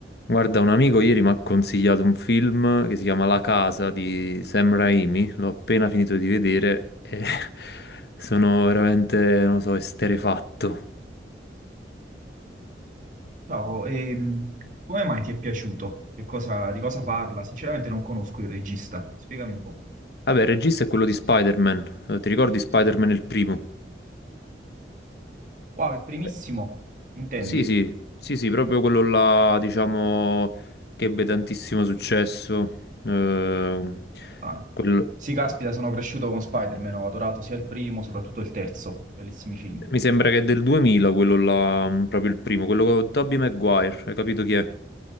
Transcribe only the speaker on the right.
Ciao, ehm, come mai ti è piaciuto? Che cosa- di cosa parla? Sinceramente non conosco il regista, spiegami un po'.
Wow, il primissimo,
intendi?
Ah.
Sì, caspita, sono cresciuto con Spider-Man, ho adorato sia il primo, soprattutto il terzo, bellissimi film.